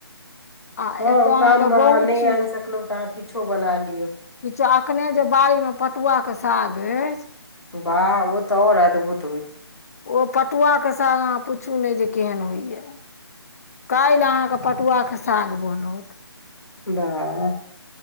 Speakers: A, on the left; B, on the left.
A: आ
B: हँ
A: एतय अहाँके
B: गाममे अहां
A: बहुत
B: नहि
A: चीज
B: आनि सकलहु तऽ अहाँ किछो बना‌ लिय
A: किछो अखने जे बाड़ी मे पटुआ के साग अछि
B: बाह ओ तऽ आओर अदभुत
A: ओ पटुआ के साग अहां पु छू नहि जे केहन होइया काल्हि अहाँके पटुआ के साग बनत
B: वाह